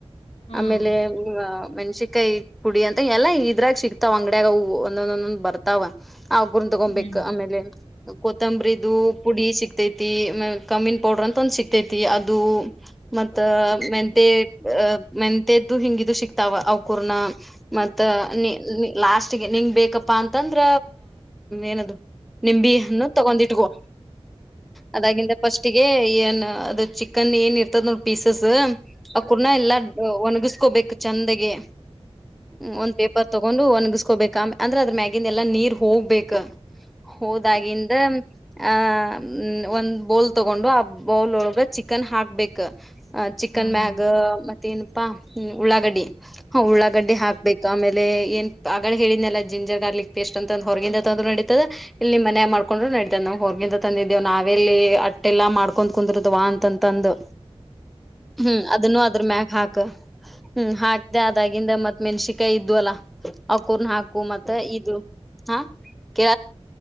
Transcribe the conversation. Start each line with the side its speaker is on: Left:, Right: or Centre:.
Left: ಹ್ಮ್
Centre: ಆಮೇಲೆ ಮೆ ಸಿಕಾಯಿ ಪುಡಿ ಅಂತ ಎಲ್ಲಾ ಇದ್ರಾಗ ಸಿಕ್ತಾವ ಅಂಗಡಿಯಾಗವು ಒಂದೊಂದೊಂದೊಂದ್ ಬರ್ತಾವ ಆ ಗುರನ್ ತಗೊಬೇಕಕ್
Left: ಹ್ಮ್
Centre: ಆಮೇಲೆ ಕೊತ್ತಂಬರಿ ಪುಡಿ ಸಿಕ್ತೈತಿ ಮ ಕಮ್ಮಿನ್ ಪೌಡರ್ ಅಂತ ಒಂದ ಸಿಕ್ತೈತಿ ಅದು ಮತ್ತ ಮೆಂತೆ ಮೆಂತದ್ದು ಹಿಂಗಿದು ಸಿಕ್ತಾವ ಅವಕೂರ್ನ ಮತ್ ನೀ ಲಾಸ್ಟ್ಗೆ ನಿಂಗ್ ಬೇಕಪ್ಪ ಪ್ಪಾ ಅಂತಂದ್ರ ಏನದು ನಿಂಬಿ ಅನ್ನು ತಗೊಂಡಿ ಇಟ್ಕ ಅದಾಗಿಂದ ಪಫಸ್ಟ್ ಏನ್ ಅದು ಚಿಕನ್ ಏನ್ ಇರ್ತದ ನೋ ಪೀಸಸ್ ಆ ಕೂಡ ಎಲ್ಲಾ ಒಗ ಕೋಬೇಕು ಚಂದಗೆ ಹ್ಮ ಒಂದ್ ಪೇಪರ್ ತಗೊಂಡು ಒಣಗಸ್ಕೊಬೇಕ ಅಂದ್ರೆ ಅದ್ರ ಮ್ಯಾಗಿಿಂದ ಎಲ್ಲಾ ನೀರ್ ಹೋಗ್ಬೇಕಕ್ ಹೌದಾಗಿಂದ ಆಹ ಒಂದ್ ಬೌಲ್ ತಗೊಂಡು ಆ ಬೌಲ್ ಒಳಗ ಚಿಕನ್ ಹಾಕ್ಬೇಕ ಅ
Left: ಮೆಣಸಿನಕಾಯಿ
Centre: ಚಿಕನ್ ಮ್ಯಾಗ್ ಮತ್ತೇಏನಪ್ಪಾ ಉಳ್ಳಾಗಡ್ಡಿ ಹ ಉಳ್ಳಾಗಡ್ಡೆ ಹಾಕ್ಬೇಕ ಆಮೇಲೆ ಏನ್ ಆಗಳ ಹೇಳಿದನಲ್ಲ ಜಿಂಜರ್ ಗಾರ್ಲಿಕ್ ಪೇಸ್ಟ್ ಅಂತ ಒ ಹೊರಗಿಂದ ತಂದ್ರ ನಡತದ ಇಲ್ಲಿ ನಿಮ್ಮ ಮನೆ ಮಾಡ್ಕೊಂಡ್ ನಡೀ ಹೊರ್ಗಿಂತ ತಂದಿದ್ದೇವು ನಾವೆಲ್ಲಿ ಅಟ್ಟೆಲ್ಲಾ ಮಾಡ್ಕೊ್ ಕುಂದಿರುದವಾ ಅಂತಂತಂದು ಹ್ಮ್ ಅದನ್ನು ಅದ್ರ ಮ್ಯಕ್ ಹಾಕ್ ಹ್ಮ್ ಹಾಕ್ತೆ ಅದಾಗಿಂದ ಮತ್ ಮೆಣಸಿಕಾಯಿ ಇದ್ವಲ್ಲ ಅಕೂರ್ನ ಹಾಕು ಮತ್ತೆ ಇದು ಹಾ ಕೆ